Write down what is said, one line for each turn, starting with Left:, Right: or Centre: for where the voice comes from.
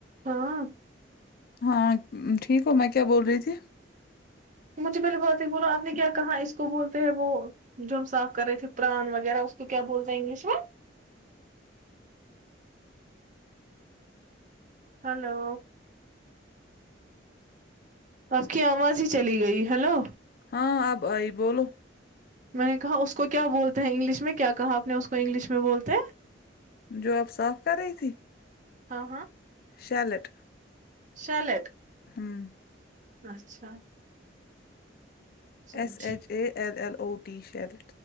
Right: ہاں
Left: ہاں ٹھیک ہو میں کیا بول رہی تھی
Right: مجھے پہلے بہت ہی بولا آپ نے کیا کہاں اس اس کو بولتے ہیں وہ جو ہم صاف کر رہے تھے پران وغیرہ اس کو کیا بولتے ہیں انگلش میں ہلو آپ کی آواز ہی چلی گئی ہلو
Left: ہاں اب آئی بولو
Right: میں نے کہا اس کو کیا بولتے ہیں انگلش میں کیا کہا آپ نے اس کو انگلش میں بولتے ہیں
Left: جو آپ صاف کر رہی تھی
Right: ہاں
Left: شیلٹ
Right: شلٹ
Left: ہمم
Right: اچھا سمجھی
Left: S H A L L O T شیل